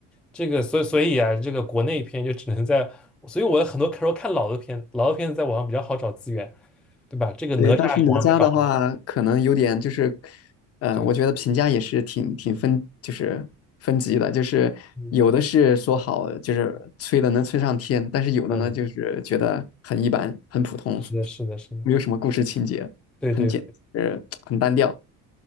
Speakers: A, in the centre; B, on the left.
A: 这个，所以所以啊，这个国内片就只能在，所以我有很多时候看老的片，老的片子在网上比较好找资源，对吧？这个哪吒网上还找不到。
B: 对，但是哪吒的话，可能有点就是，嗯、
A: 对。
B: 我觉得评价也是挺挺分，就是分级的，就是有的是说好，
A: 嗯。
B: 就是吹的能吹上天，但是有的呢，
A: 嗯，
B: 就是觉得很一般，很普通，
A: 是的，是的，是的，
B: 没有什么故事情节，
A: 对对，
B: 很简，呃，很单调。